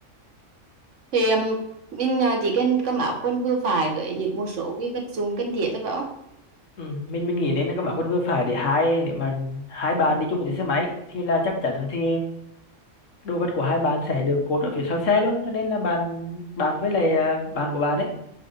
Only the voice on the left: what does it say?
ừ, mình mình nghĩ nên là các bạn quân vừa phải để hai nếu mà hai bạn đi chung một chiếc xe máy thì là chắc chắn thì đồ vật của hai bạn sẽ được cột ở phía sau xe luôn cho nên là bạn bạn với lại à, bạn của bạn ấy